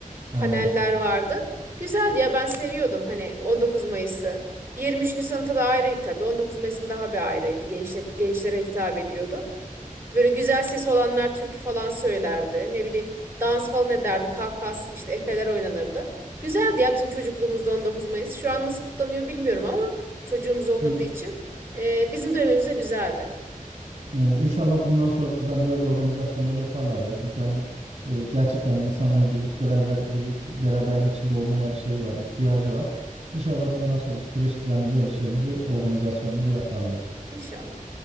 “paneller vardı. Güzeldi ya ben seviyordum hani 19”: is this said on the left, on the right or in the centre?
Right